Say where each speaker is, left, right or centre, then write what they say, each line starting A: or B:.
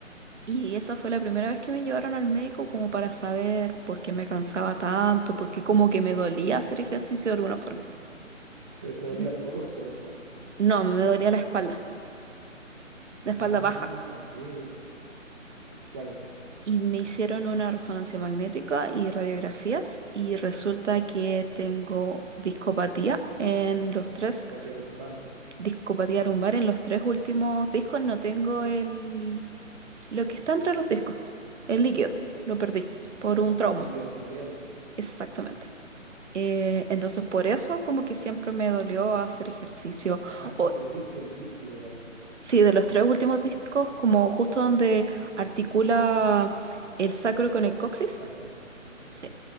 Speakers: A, on the right; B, on the right.
A: Y esa fue la primera vez que me llevaron al médico como para saber por qué me cansaba tanto, por qué como que me dolía hacer ejercicio de alguna forma.
B: Pero te
A: Y-
B: dolía todo el cuerpo.
A: No, me dolía la espalda, la
B: Ah,
A: espalda baja.
B: ok, ok. Eh, Claro.
A: y me hicieron una resonancia magnética y radiografías y resulta que tengo discopatía en los tres,
B: Compatía lumbar.
A: discopatía lumbar en los tres últimos discos, no tengo el, lo que está entre los discos, el líquido, lo perdí por
B: Ya.
A: un trauma,
B: Líquido sinovial.
A: exactamente. Eh, entonces por eso como que siempre me dolió hacer ejercicio,
B: Ah,
A: o
B: y perdiste el líquido de ahí.
A: sí, de los tres últimos discos, como justo donde articula el sacro con el coxis,
B: El sacro. Sí.
A: sí,